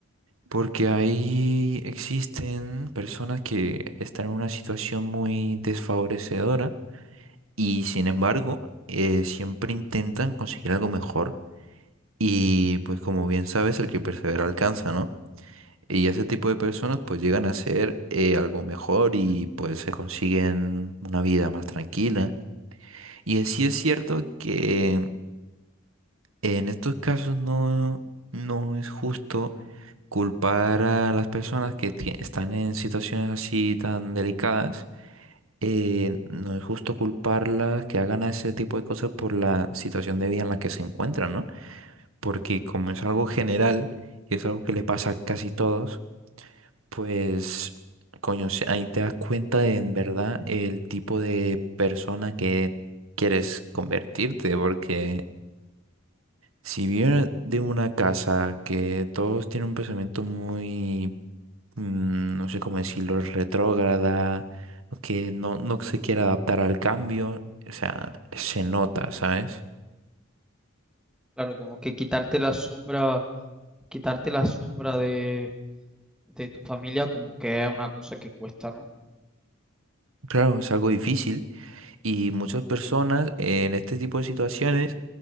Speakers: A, on the right (about 75°); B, in the centre.
A: Porque ahí existen personas que están en una situación muy desfavorecedora y sin embargo eh, siempre intentan conseguir algo mejor y pues como bien sabes, el que persevera alcanza, ¿no? Y ese tipo de personas pues llegan a ser eh, algo mejor y pues se consiguen una vida más tranquila. Y sí es cierto que en estos casos no, no es justo culpar a las personas que tie- están en situaciones así tan delicadas. eh, no es justo culparlas que hagan ese tipo de cosas por la situación de vida en la que se encuentran, ¿no? Porque como es algo general y es algo que le pasa a casi todos Pues, coño, si ahí te das cuenta de, en verdad el tipo de persona que quieres convertirte, porque si vienes de una casa que todos tienen un pensamiento muy, mm, no sé cómo decirlo, retrógrada, o que no, no se quiere adaptar al cambio, o sea, se nota, ¿sabes?
B: Claro, como que quitarte la sombra, quitarte la sombra de, de tu familia como que es una cosa que cuesta, ¿no?
A: Claro, es algo difícil Y muchas personas eh, en este tipo de situaciones,